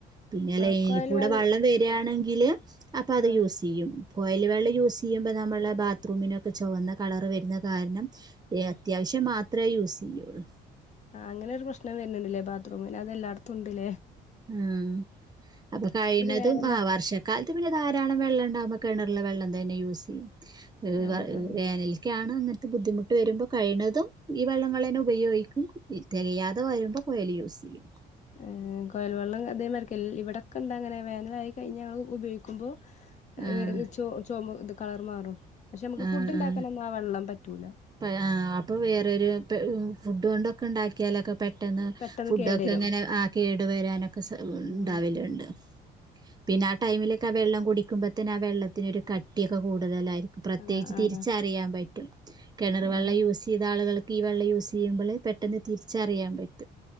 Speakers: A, on the right; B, on the left.
A: പിന്നെ ലൈലി
B: ആഹ് കൊഴൽ
A: കൂടെ
B: വെള്ള
A: വള്ളം വെരാണെങ്കില് അപ്പൊ അത്
B: ആഹ്
A: യൂസ് യ്യും കൊയല് വെള്ളം യൂസെയ്യുമ്പോ നമ്മള് ബാത്റൂമിനൊക്കെ ചോവന്ന കളറ് വര്ന്ന കാരണം ഏഹ് അത്യാവശ്യം മാത്രേ യൂസെയ്യൊള്ളൂ
B: ആഹ് അങ്ങനൊരു പ്രശ്നം വര്ന്ന്ണ്ട്ല്ലേ ബാത്റൂമിന് അത് എല്ലാട്ത്തുണ്ട്ല്ലേ
A: ഉം അപ്പൊ കഴിണതും
B: വേനല്
A: ആഹ് വർഷക്കാലത്ത് പിന്നെ ധാരാളം വെള്ളണ്ടാവുമ്പോ കെണറിലെ വെള്ളം തെന്നെ യൂസെയ്യും എഹ്
B: ആഹ്
A: വ
B: ആഹ്
A: വേനൽ ക്കാണ് ഇങ്ങൻത്തെ ബുദ്ധിമുട്ട് വരുമ്പോ കഴിണതും ഈ വെള്ളങ്ങളേനെ ഉപയോഗിക്കും തെകയാതെ വരുമ്പോൾ കുയല് യൂസെയ്യും.
B: ആഹ് കോയൽവെള്ളം അതേമാതിരിക്കെല്ല ഇവടെക്കെണ്ടങ്ങനെ വേനലായി കഴിഞ്ഞ ങ്ങൾ ഉപയോഗിക്കുമ്പോ
A: ആഹ്
B: എഹ് ചൊ ചൊമ ത് കളറ് മാറും പക്ഷെ അമ്മക്ക്
A: ആഹ്
B: ഫുഡ് ണ്ടാക്കാനൊന്നും
A: ആഹ്
B: ആ വെള്ളം പറ്റൂല.
A: പ ആഹ് അപ്പൊ വേറൊര് പ എഹ് ഫുഡൊ ണ്ടൊക്കെണ്ടാക്ക്യാലെക്കെ പെ ട്ടെന്ന്
B: പെട്ടെന്ന്
A: ഫുഡൊക്കെ
B: കേടരും
A: ങ്ങനെ ആഹ് കേടു വരാനൊക്കെ സ ഉം
B: ആഹ്
A: ഇണ്ടാവല്ണ്ട്. പിന്നെ ആ ടൈമിലൊക്കെ വെള്ളം കുടിക്കുമ്പോത്തിന് ആ വെള്ളത്തിന് കട്ട്യൊക്കെ കൂടുതലായിരി പ്രത്യേകിച്ച്
B: ആഹ് ആഹ്
A: തിരിച്ചറിയാൻ പറ്റും കിണർ
B: ആഹ്
A: വെള്ളം യൂ സീതലുകൾക്ക് ഈ വെള്ളം യൂസ് ചെയ്യുമ്പള് പെട്ടെന്ന് തിരിച്ചറിയാൻ പറ്റും